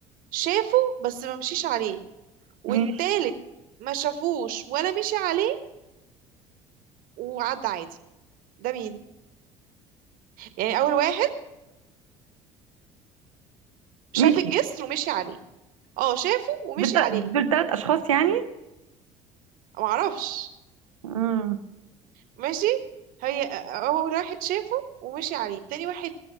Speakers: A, on the right; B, on the right.
A: شافه بس ما مشيش عليه والتالت
B: ماشي
A: ما شافوش ولا مشي عليه وعدى عادي ده مين يعني اول واحد
B: ماشي
A: شاف الجسر ومشي عليه اه شافه ومشي
B: دول تلات
A: عليه
B: دول تلات اشخاص يعني
A: معرفش
B: امم
A: ماشي هي اول واحد شافه ومشي عليه تاني واحد